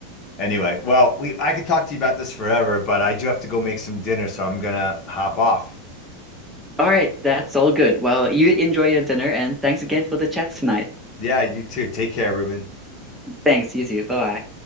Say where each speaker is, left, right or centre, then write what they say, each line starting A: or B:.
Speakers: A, on the left; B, in the centre.
A: Anyway, well, we I could talk to you about this forever, but I do have to go make some dinner, so I'm gonna hop off.
B: All right, that's all good. Well, you enjoy your dinner and thanks again for the chat tonight.
A: Yeah, you too. Take care, Ruben.
B: Thanks, you too. Bye-bye.